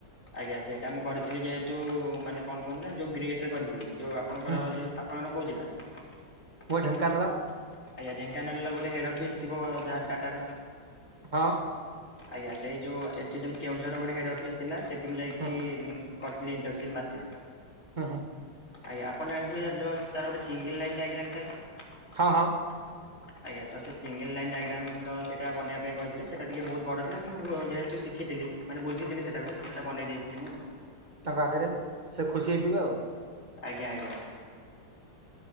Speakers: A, on the left; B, on the right.
A: ଆଜ୍ଞା ସେଇଟା ମୁଁ କରିଥିଲି ଯେହେତୁ ମାନେ କଣ କୁହନ୍ତି ନା ଯୋଉ ଗ୍ରୀଡ ରେ କରିଥିଲି ଯୋଉ ଆପଣଙ୍କର
B: ହୁଁ
A: ଆପଣଙ୍କର କୋଉ ଜିଲା? ଆଜ୍ଞା
B: ମୋ ଢେଙ୍କାନାଳ
A: ଢେଙ୍କାନାଳ ର ଗୋଟେ ହେଡ ଅଫିସ ଥିବ ଯାହାହେଲେ ଟାଟାର।
B: ହଁ।
A: ଆଜ୍ଞା ସେଇ ଯୋଉ ଏଠି ସେମିତି କେଉଁଝର ଗୋଟେ ହେଡ ଅଫିସ ଥିଲା ସେଠି ମୁଁ ଯାଇକି
B: ହୁଁ ହୁଁ
A: ଇଣ୍ଟରନସିପ ମାସେ।
B: ହଁ ହଁ।
A: ଆଜ୍ଞା ଆପଣ ଜାଣିଥିଲେ ଯଉ ତାର ଗୋଟେ ସିଙ୍ଗ ଲାଇନ ଡାଇଗ୍ରମ୍ ଥାଏ।
B: ହଁ ହଁ।
A: <inaudible> ଆଜ୍ଞା ତ ସେ ସିଙ୍ଗଲ ଲାଇନ୍ ଡାଇଗ୍ରାମ ତ ସେଇଟା ବନେଇବା ପାଇଁ କହିଥିଲେ ସେଟା ଟିକେ ବହୁତ ବଡ଼ ଥିଲା କିନ୍ତୁ ଯେହେତୁ ଶିଖିଥିଲି ମାନେ ବୁଝିଥିଲି ସେଟାକୁ ତ ସେଟା ବନେଇ ଦେଇଥିଲ ମୁଁ।
B: ତାଙ୍କ ଆଗରେ ସେ ଖୁସି ହେଇଥିବେ ଆଉ।
A: ଆଜ୍ଞା ଆଜ୍ଞା।